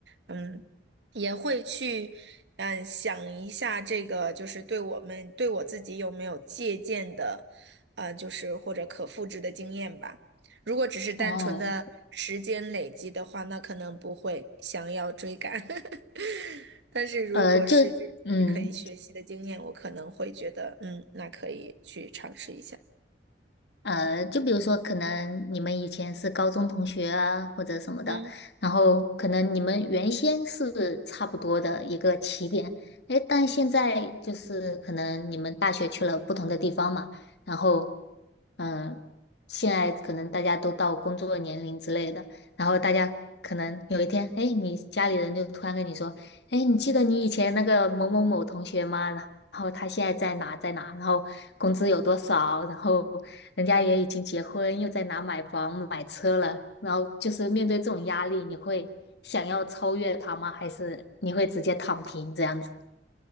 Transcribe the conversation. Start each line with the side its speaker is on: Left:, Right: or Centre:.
Right: 嗯。也会去，嗯，想一下这个就是对我们对我自己有没有借鉴的，呃，就是或者可复制的经验吧。如果只是单纯的时间累积的话，
Left: 哦，
Right: 那可能不会想要追赶。<laughs> 但是如果是就是可以学习的经验，
Left: 呃，就嗯。
Right: 我可能会觉得，嗯，那可以去尝试一下。
Left: 呃，就比如说，可能你们以前是高中同学啊，或者什么的，
Right: 嗯。
Left: 然后可能你们原先是差不多的一个起点，诶，但现在就是可能你们大学去了不同的地方嘛，然后，嗯、现在可能大家都到工作年龄之类的，然后大家可能有一天，诶，你家里人就突然跟你说，诶，你记得你以前那个某某某同学吗？然后他现在在哪在哪，然后工资有多少，然后。人家也已经结婚，又在哪买房买车了，然后就是面对这种压力，你会想要超越他吗？还是你会直接躺平这样子？